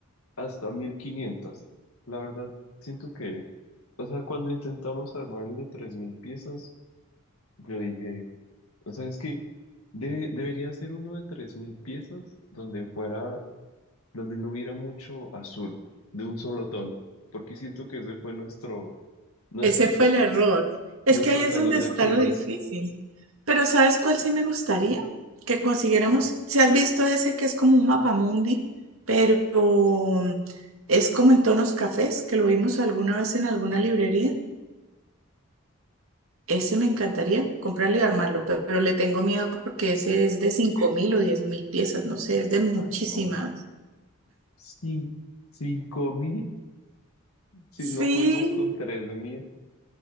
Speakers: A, on the left; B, on the right.
A: hasta 1500, la verdad siento que, o sea, cuando intentamos armar el de 3000 piezas, yo dije, o sea, es que de- debería ser uno de 3000 piezas donde fuera, donde no hubiera mucho azul, de un solo tono, porque siento que ese fue nuestro, nuestro,
B: Ese fue
A: <laughs>
B: el error. Es
A: nuestro
B: que ahí es
A: talón
B: donde
A: de
B: está
A: Aquiles.
B: lo difícil. Pero ¿sabes cuál sí me gustaría? Que consiguiéramos,
A: Ah,
B: si has visto ese que es como un mapamundi, pero mm, es como en tonos cafés, que lo vimos alguna vez en alguna librería. Ese me encantaría comprarlo y armarlo, pe- pero le tengo miedo porque ese
A: sí.
B: es de cinco mil o diez mil piezas, no sé, es de muchísimas.
A: Ay, no. Cin- cinco mil, si
B: Sí,
A: no pudimos con tres mil.